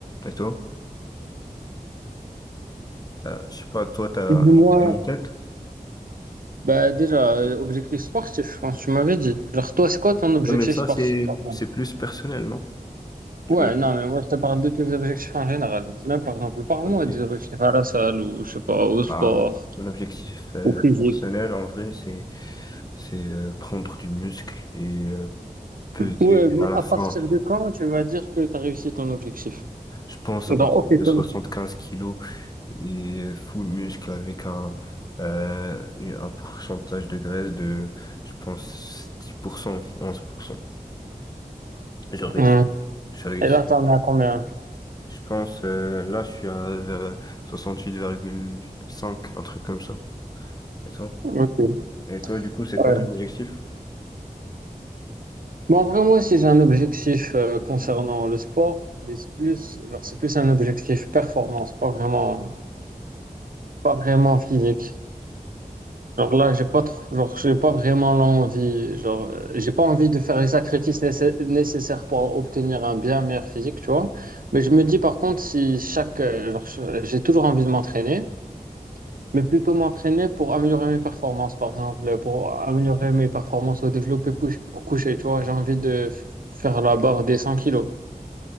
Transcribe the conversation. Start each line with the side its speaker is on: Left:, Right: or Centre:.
Left: Et toi? Euh, je sais pas, toi, t'as
Right: moi
Left: une idée en tête?
Right: bah, déjà, euh, objectif sportif, je pense que tu m'avais dit. Genre, toi, c'est quoi ton objectif
Left: Ouais, mais ça,
Right: sportif,
Left: c'est
Right: par exemple?
Left: c'est plus personnel, non? Tu
Right: Ouais,
Left: m'as dit.
Right: non, mais moi, je te parle de tes objectifs en général. Même, par exemple, parle-moi
Left: Ok.
Right: des objectifs à la salle ou, je sais pas, au sport,
Left: Bah, mon objectif euh,
Right: au physique.
Left: personnel, en vrai, c'est c'est euh, prendre du muscle et euh, peser
Right: Ouais, mais
Left: à la
Right: à
Left: fin,
Right: partir de quand tu vas dire que tu as réussi ton objectif?
Left: je pense,
Right: Genre,
Left: à partir
Right: ok,
Left: de
Right: toi.
Left: 75 kilos et euh, full muscle avec un, euh, un pourcentage de graisse de, je pense, dix pour cent, onze pour cent. J'aurais
Right: Hmm.
Left: dit, j'ai réussi.
Right: Et là, t'en as combien?
Left: Je pense, euh, là, je suis à vers 68,5, un truc comme ça. Et ça
Right: Ok.
Left: Et toi, du coup, c'est
Right: Ouais.
Left: quoi ton objectif?
Right: Bon, vraiment, si j'ai un objectif euh, concernant
Left: Euh,
Right: le sport, mais c'est plus, genre, c'est plus un objectif performance, pas vraiment, pas vraiment physique. Genre là, j'ai pas trop, genre, j'ai pas vraiment l'envie, genre, euh, j'ai pas envie de faire les sacrifices nécess- nécessaires pour obtenir un bien meilleur physique, tu vois. Mais je me dis par contre, si chaque, euh, genre, je- j'ai toujours envie de m'entraîner, mais plutôt m'entraîner pour améliorer mes performances, par exemple, pour améliorer mes performances au développé couch- couché, tu vois. J'ai envie de faire la barre des 100 kilos.